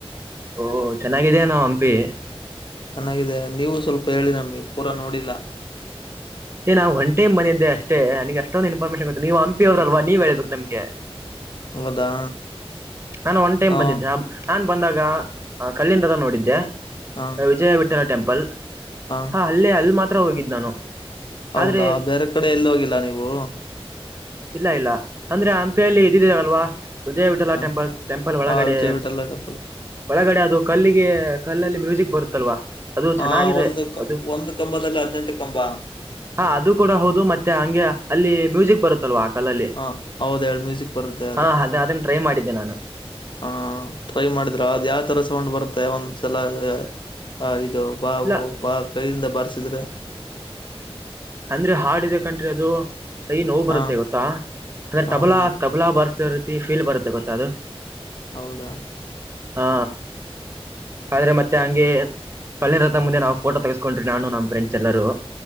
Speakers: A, on the right; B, on the left.
A: ಓ ಚೆನ್ನಾಗಿದೇನಾವ ಹಂಪಿ
B: ಚೆನ್ನಾಗಿದೆ ನೀವು ಸ್ವಲ್ಪ ಹೇಳಿ ನಮಗೆ ಪೂರಾ ನೋಡಿಲ್ಲ
A: ಹೇ ನಾ ಒನ್ ಟೈಮ್ ಬಂದಿದ್ದೆ ಅಷ್ಟೇ ನನಿಗೆ ಅಷ್ಟೊಂದು ಇನ್ಫಾರ್ಮೇಷನ್ ಗೊತ್ ಇಲ್ಲ ನೀವು ಹಂಪಿ ಅವ್ರ ಅಲ್ವ ನೀವ ಹೇಳ್ಬೇಕು ನಮಗೆ
B: ಹೌದಾ
A: ನಾನು ಒನ್ ಟೈಮ್
B: ಹಾ
A: ಬಂದಿದ್ದೆ ನಾನ್ ಬಂದಾಗ ಕಲ್ಲಿಣ ರಥ ನೋಡಿದ್ದೆ
B: ಹಾ
A: ವಿಜಯ ವಿಠ ಇತರ ಟೆಂಪಲ್
B: ಹಾ
A: ಹಾ ಅಲ್ಲೇ ಅಲ್ಲಿ ಮಾತ್ರ ಹೋಗಿದ್ ನಾನು
B: ಹೌದಾ
A: ಆದ್ರೆ
B: ಬೇರೆ ಕಡೆ ಎಲ್ಲಿ ಹೋಗಿಲ್ಲ ನೀವು
A: ಇಲ್ಲ ಇಲ್ಲ ಅಂದ್ರೆ ಹಂಪಿಯಲ್ಲಿ ಇದ್ ಇದೆಯಲ್ಲ ವಿಜಯ್ ವಿಠಲ್
B: ಹ
A: ಟೆಂಪಲ್ ಟೆಂಪಲ್ ಒಳಗಡೆ
B: ಹಾ ವಿಜಯ್ ವಿಠಲ ಟೆಂಪಲ್
A: ಒಳಗಡೆ ಅದು ಕಲ್ಲಿಗೆ ಕಲ್ಲಲ್ಲಿ ಮ್ಯೂಸಿಕ್ ಬರುತ್ತಲ್ವಾ ಅದು
B: ಹ
A: ಚೆನ್ನಾಗಿದೆ
B: ಒಂದು ಕ್
A: ಅದು
B: ಒಂದು ಕಂಬದಲ್ಲಿ ಹದಿನೆಂಟು ಕಂಬ
A: ಹಾ ಅದು ಕೂಡ ಹೌದು ಮತ್ತೆ ಹಂಗೆ ಅಲ್ಲಿ ಮ್ಯೂಸಿಕ್ ಬರುತ್ತಲ್ವಾ ಕಲ್ಲಲ್ಲಿ
B: ಹ ಹೌದ ಎರಡು ಮ್ಯೂಸಿಕ್ ಬರುತ್ತೆ ಅದೇ
A: ಹಾ ಅದ್ ಅದನ್ನ ಟ್ರೈ ಮಾಡಿದ್ದೆ ನಾನು
B: ಹ ಟ್ರೈ ಮಾಡಿದ್ರ ಅದ್ ಯಾವ್ ತರ ಸೌಂಡ್ ಬರುತ್ತೆ ಒಂದ್ಸಲ ಹ ಹ ಹ ಇದು ಬಾವು
A: ಇಲ್ಲ
B: ಬಾ ಕೈಯಿಂದ ಬರ್ಸಿದ್ರೆ
A: ಅಂದ್ರೆ ಹಾಡಿದೆ ಕನ್ರೀ ಅದು ಕೈ ನೋವು ಬರುತ್ತೆ
B: ಹಾ
A: ಗೋತ್ತಾ ಅಂದ್ರೆ
B: ಹಾ
A: ತಬಲಾ
B: ಹಾ
A: ತಬ್ <unintelligible> ರೀತಿಫೀಲ್ ಬರುತ್ತೆ ಗೊತ್ತ ಅದು.
B: ಹೌದಾ
A: ಹಾ
B: ಹ
A: ಆದ್ರೆ ಮತ್ತೆ ಹಂಗೆ ಕಳಿನ ರಥ ಮುಂದೆ ನಾ ಫೋಟ ತಗ್ಕೊಂಡ್ರಿ ನನು ನಮ್ ಫ್ರೆಂಡ್ಸ್ ಎಲ್ಲರು.